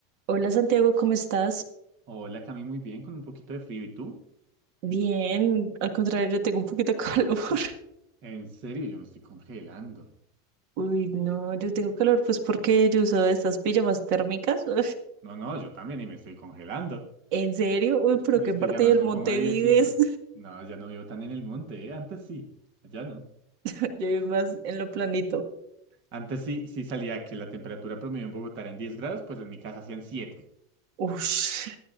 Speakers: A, on the right; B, on the right.
A: Hola Santiago, ¿cómo estás?
B: Hola, Cami, muy bien, con un poquito de frío. ¿Y tú?
A: Bien, al contrario, yo tengo un poquito de calor. <laughs>
B: En serio, yo me estoy congelando.
A: Uy, no, yo tengo calor pues porque yo uso estas pijamas térmicas. Uf,
B: No, no, yo también y me estoy congelando.
A: ¿En serio? Uy, pero
B: Mis
A: ¿qué parte
B: pijamas
A: del
B: son
A: monte
B: como de viejito.
A: vives?
B: No, ya no vivo tan en el monte, ¿eh? Antes sí, ya no.
A: <laughs> Yo vivo más en lo planito.
B: Antes sí, sí salía que la temperatura promedio en Bogotá era en 10 grados, pues en mi casa hacían 7.
A: Ush.